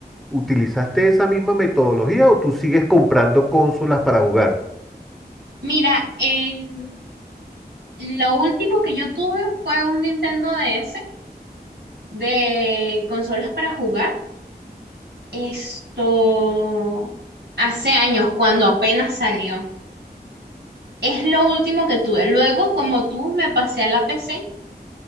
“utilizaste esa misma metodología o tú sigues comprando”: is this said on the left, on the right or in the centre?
Centre